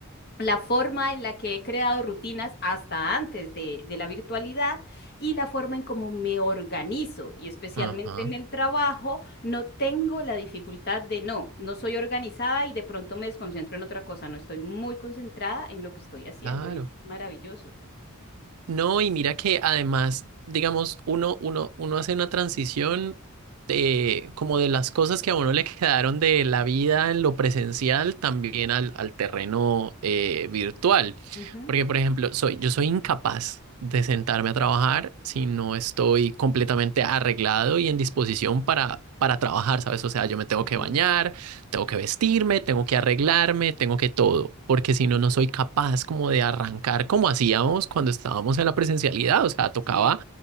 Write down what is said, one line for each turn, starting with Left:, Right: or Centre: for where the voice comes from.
Left: la forma en la que he creado rutinas hasta antes de, de la virtualidad y la forma en cómo me organizo y especialmente
Right: Ajá,
Left: en el trabajo, no tengo la dificultad de no, no soy organizada y de pronto me desconcentro en otra cosa, no estoy muy concentrada en lo que estoy haciendo
Right: claro.
Left: y es maravilloso.
Right: No, y mira que además, digamos, uno, uno, uno hace una transición de como de las cosas que a uno le quedaron de la vida en lo presencial también al, al terreno eh, virtual.
Left: Ujú,
Right: Porque, por ejemplo, soy, yo soy incapaz de sentarme a trabajar si no estoy completamente arreglado y en disposición para, para trabajar, ¿sabes? O sea, yo me tengo
Left: ujú,
Right: que bañar, tengo que vestirme, tengo que arreglarme, tengo que todo, porque
Left: ujú.
Right: si no, no soy capaz como de arrancar como hacíamos cuando estábamos en la presencialidad. O sea, tocaba
Left: Sí,